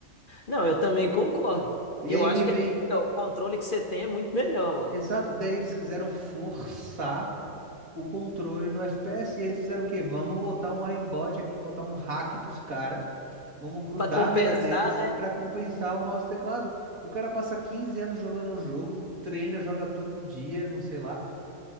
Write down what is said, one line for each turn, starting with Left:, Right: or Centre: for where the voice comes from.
Left: Não, eu também concordo.
Right: E
Left: Eu
Right: aí
Left: acho
Right: me
Left: que
Right: vem.
Left: é bem melhor. O controle que você tem é muito melhor, ué.
Right: Exato. Daí eles quiseram forçar o controle no FPS. E eles fizeram o quê? Vamos botar um aimbot aqui, botar um hack pros caras Vamos grudar
Left: Para compensar,
Right: a mira deles
Left: né?
Right: pra compensar o mouse e teclado. O cara passa 15 anos jogando um jogo, treina, joga todo dia, não sei lá,